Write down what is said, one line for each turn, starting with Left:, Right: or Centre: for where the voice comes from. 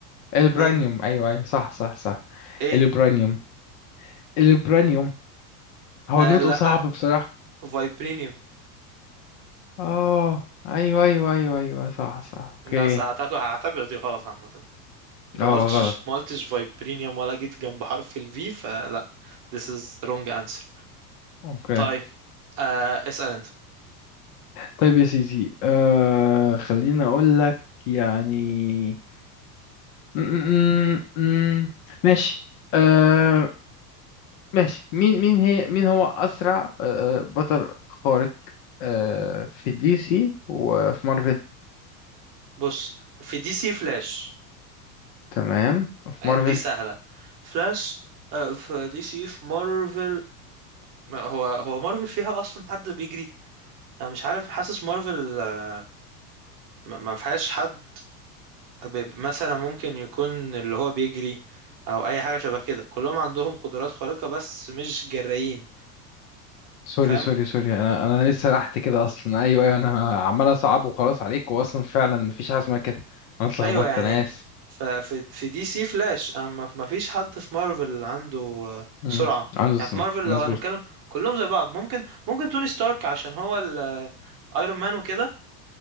Left: البرانيوم
Right: اتنين
Left: ايوه ايوه صح صح صح
Right: إيه
Left: البرانيوم البرانيوم
Right: آه،
Left: هو نطقه
Right: لأ
Left: صعب بصراحة
Right: فايبرينيوم
Left: اه ايوه ايوه ايوه ايوه صح صح اوكي
Right: بس أعتقد هعتبر دي غلط عامة انت
Left: اه
Right: ما قلتش
Left: غلط
Right: ما قلتش فايبرينيوم ولا جيت جنب حرف الفي فلا this is wrong answer
Left: اوكي
Right: طيب آه اسأل انت
Left: طيب يا سيدي آه خليني اقول لك يعني م- م- م- م. ماشي آه ماشي مين مين هي مين هو اسرع آه آه، بطل خارق آه في دي سي وفي مارفل
Right: بص في دي سي فلاش
Left: تمام وفي
Right: آه
Left: مارفل
Right: دي سهلة فلاش آه في دي سي في مارفل ما هو هو مارفل فيها اصلا حد بيجري انا مش عارف حاسس مارفل آه، ما ما فيهاش حد ب- مثلا ممكن يكون اللي هو بيجري او اي حاجة شبه كده كلهم عندهم قدرات خارقة بس مش جرايين
Left: سوري
Right: فاهم
Left: سوري سوري انا انا لسه سرحت كده اصلا ايوه ايوه انا عمال اصعب وخلاص عليك واصلا فعلا مفيش حاجه اسمها كده انا اتلخبطت
Right: ايوه يعني
Left: انا اسف
Right: ف- في في دي سي فلاش اما ما فيش حد في مارفل عنده آه،
Left: امم
Right: سرعه
Left: عنده
Right: يعني
Left: سنة.
Right: في مارفل
Left: مظبوط
Right: لو هنتكلم كلهم زي بعض ممكن ممكن توني ستارك عشان هو الايرون مان وكده